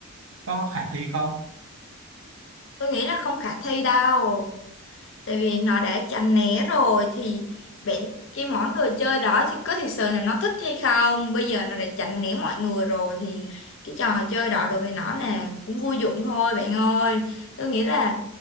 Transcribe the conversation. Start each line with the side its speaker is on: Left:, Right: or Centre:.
Right: có khả thi không
Left: Tôi nghĩ là không khả thi đâu. tại vì nó đã chán né rồi thì bạn cái món đồ chơi đó thì có thực sự là nó thích hay không bây giờ nó đã chán né mọi người rồi thì cái trò chơi đó đối với nó là cũng vô dụng thôi bạn ơi tôi nghĩ là